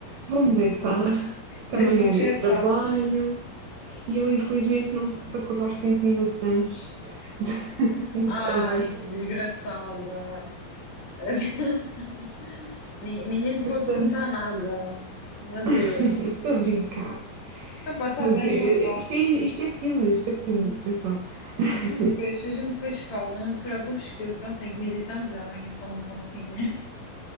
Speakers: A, on the right; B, on the left.
A: vou-me deitar, <laughs> que
B: Vê-se
A: amanhã
B: mesmo que
A: é dia
B: já é
A: de
B: tarde.
A: trabalho. E eu, infelizmente, não posso acordar cinco minutos antes <laughs> do,
B: Ai,
A: trabalho.
B: desgraçada. <laughs> Ni- Ninguém lhe pode
A: Portanto,
B: contar nada. Meu
A: <laughs>
B: Deus.
A: estou a brincar.
B: Ah, pá, tá
A: Mas
B: bem,
A: eh,
B: então
A: eh,
B: vá.
A: isto é, isto é ciúmes, isto é ciúmes, atenção. <laughs>
B: A gente depois, a gente depois fala, não te preocupes que eu, pronto, tenho que meditar, mas eu amanhã só me levanto cinco <laughs>